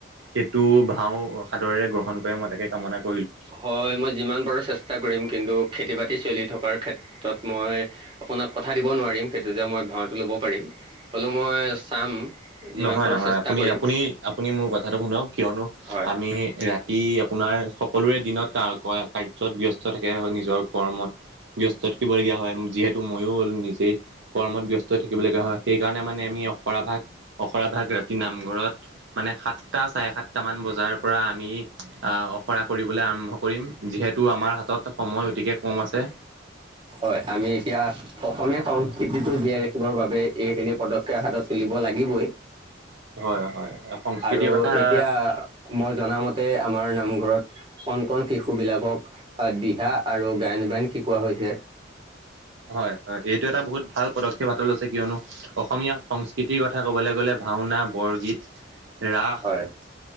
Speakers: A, on the right (about 65°); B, on the right (about 25°).
A: সেইটো ভাও সাদৰেৰে গ্ৰহণ কৰে মই তাকে কামনা কৰো
B: হয় মই যিমান পাৰো চেষ্টা কৰিম কিন্তু খেতি বাতি চলি থকাৰ ক্ষেত্ৰত মই আপোনাক কথা দিব নোৱাৰিম সেইটো যে মই ভাওটো ল'ব পাৰিম হলো মই চাম যিমান
A: নহয়
B: পাৰো
A: নহয়
B: চেষ্টা
A: আপুনি
B: কৰিম
A: আপুনি আপুনি মোৰ কথাটো শুনক কিয়নো
B: হয়
A: আমি ৰাতি তি আপোনাৰ সকলোৰে দিনত কাৰ্যত <unintelligible> থাকে নিজৰ কৰ্মত ব্যস্ত থাকিবলগীয়া হয় যিহেতু মইও নিজেই কৰ্মত ব্যস্ত থাকিব থাকিবলগীয়া হয় সেইকাৰণে মানে আমি অখৰাভাগ অখৰা ভাগ ৰাতি নামঘৰত মানে সাতটা চাৰে সাতটা মান বজাৰ পৰা আমি আহ অখৰা কৰিবলৈ আৰম্ভ কৰিম যিহেতু আমাৰ হাতত সময় অতিকে কম আছে
B: হয় আমি এতিয়া অসমীয়া সংস্কৃতিটো জীয়াই ৰাখিবৰ বাবে এইখিনি পদক্ষেপ হাতত তুলি দিব লাগিবই
A: হয় হয় সংস্কৃতিৰ
B: আৰু
A: কথা
B: এতিয়া মই জনামতে আমাৰ নামঘৰত কণ কণ শিশু বিলাকক আহ দিহা আৰু গায়ন- বায়ন শিকোৱা হৈছে
A: হয় হয় এইটো এটা বহুত ভাল পদক্ষেপ হাতত লৈছে কিয়নো অসমীয়া সংস্কৃতিৰ কথা ক'বলৈ গ'লে ভাওনা বৰগীত ৰাস
B: হয়